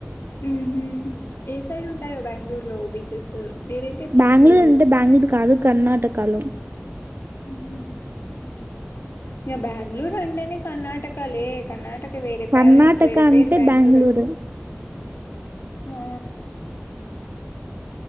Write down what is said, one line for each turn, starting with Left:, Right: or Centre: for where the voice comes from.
Left: ఊహూ ఏ సైడ్ ఉంటాయో బ్యాంగ్ళూరు లో బీచెస్ నేనైతే ఎప్పుడు
Right: బ్యాంగ్ళూరు
Left: చూడలేదు
Right: అంటే బ్యాంగ్ళూరు లో కాదు కర్ణాటకలో
Left: ఊహూ ఇక బ్యాంగ్ళూరు అంటేనే కర్ణాటక లే కర్ణాట వేరే
Right: కర్ణాటక
Left: ప్యారు వేరే
Right: అంటే
Left: పేరు బ్యాంగ్ళూరు
Right: బెంగళూరు.
Left: అనుకో ఆ